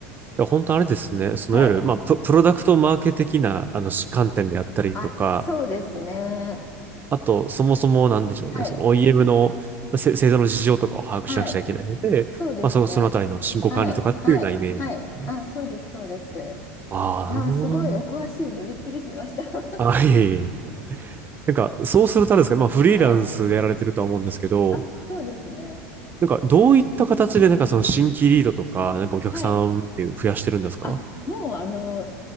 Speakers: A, on the right (about 25°); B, on the left (about 40°).
A: や、本当あれですね。そのいわゆる、
B: はい。
A: まあ、プ、プロダクトマーケ的な、あの、し観点であったりとか、
B: あ、そうですね。
A: あと、そもそもなんでしょうね、
B: はい。
A: その OEM のせ製造の事情とかを把握しなくちゃいけないので、
B: はい。そうですね。
A: まあ、その、そのあたりの進行管理とかっていうようなイメージですかね。
B: はい。はい。はい。あ、そうです。そうです。
A: ああ、なるほどな。
B: いやー、すごいお詳しいんでびっくりしました。
A: あ、
B: <laughs>
A: いいえいえ。なんか、そうするとあれですかね、まあ、フリーランスでやられてるとは思うんですけど、
B: はい。あ、そうですね。
A: なんか、どういった形で、なんか、その新規リードとか、なんかお客さんっていう増やしてるんですか
B: はい。あ、もう、あの、